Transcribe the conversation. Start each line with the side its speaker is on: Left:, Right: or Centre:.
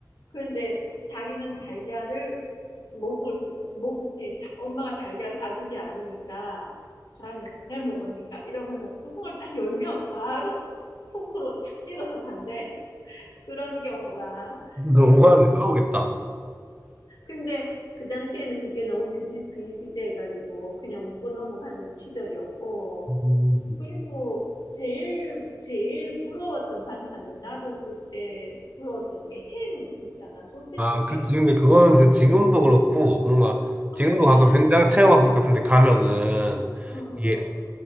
Left: 그런데 자기는 달걀을 먹을 수, 먹지. 다- 엄마가 달걀을 싸주지 않으니까, 저 아이는 맨날 먹으니까 이러면서 뚜껑을 딱 열면 바로 포크로 탁 찍어서 간대. <laughs> 그런 경우가
Right: 너무하네
Left: 있었어.
Right: 싸우겠다.
Left: 근데 그 당시에는 그게 너무 비지, 비일비재해가지고 그냥 웃고 넘어가는 시절이었고,
Right: 음,
Left: 그리고 제일, 제일 부러웠던 반찬은 나도 그때 부러웠던 게 햄 있잖아. 소세지
Right: 아 그치
Left: 햄.
Right: 근데 그거는 진짜 지금도 그렇고 뭔가
Left: 아,
Right: 지금도
Left: 그래?
Right: 가끔 현장 체험학습 같은데 가면은
Left: 응,
Right: 이게
Left: 응.